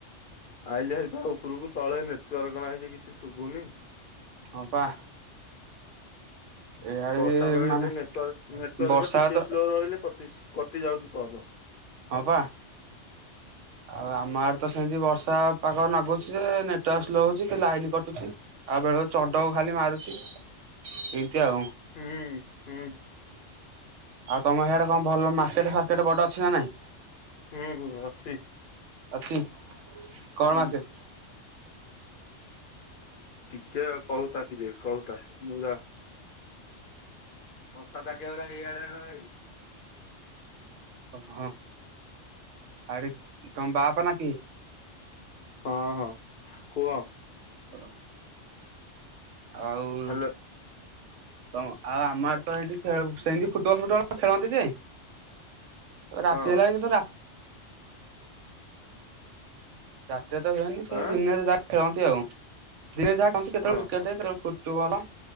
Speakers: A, on the left; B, on the right.
A: ଆଇଲି ହୋରି ପା ଉପରକୁ ତଳେ ନେଟର୍କ ନାହିଁ କିଛି ଶୁଭୁନି।
B: ହଁ ପା। ଏଇଆଡେ
A: ବର୍ଷା
B: ବି
A: ବେଳେ
B: ମାନେ
A: ଟି ନେଟୱାର୍କ ନେଟୱାର୍କ
B: ବର୍ଷା
A: ଟିକେ
B: ତ
A: ସ୍ଲୋ ରହିଲେ କଟି ଯାଉଛି କିବ
B: ହଁ ବା ଆଉ ଆମ ଆଡ ତ ସେମତି ବର୍ଷା ପାଗ ନାଗୁଛି ଯେ ନେଟୱାର୍କ ସ୍ଲୋ ହଉଛି ଲାଇନ କଟୁଛି। ଆଉ ବେଳ ବେଳେ ଚଡ଼କ ଖାଲି ମାରୁଛି ଏମତି ଆଉ।
A: ହୁଁ ହୁଁ।
B: ଆଉ ତମ ଏଇଆଡେ କଣ ଭଲ ମାର୍କେଟ ଫାର୍କେଟ ବଡ ଅଛି ନା ନାଇଁ?
A: ହୁଁ ହୁ ଅଛି।
B: ଅଛି କଣ
A: ହୁଁ
B: ମାର୍କେଟ?
A: ଟିକେ କହୁଥା ଟିକେ କହୁଥା ମୁଁ ଯା ବର୍ଷାଦାଗା ଏଇଆଡଣ ଭଇ
B: ଓହୋ ଆରେ ତମ ବାପା ନା କି
A: ହଁ ହଁ କୁହ।
B: <inaudible> ଆଉ
A: ହ୍ୟାଲୋ
B: ତ ଆଉ ଆମ ଆଡେ ତ ଏଇଠି ସେମିତି ଫୁଟବଲ ଫୁଟବଲ୍ ଖେଳନ୍ତି ଯେ। ରାତି
A: ହଁ
B: ହେଲାଣି କିନ୍ତୁ ରା ରାତିରେ ତ ହୁଏନି ସେଇ
A: ଆଁ
B: ଦିନରେ ଯାହା ଖେଳନ୍ତି ଆଉ ଦିନରେ ଯାହାନ୍ତି କେତେବେଳେ
A: ଓହୋ
B: କ୍ରିକେଟ ଯ ଫୁଟବଲ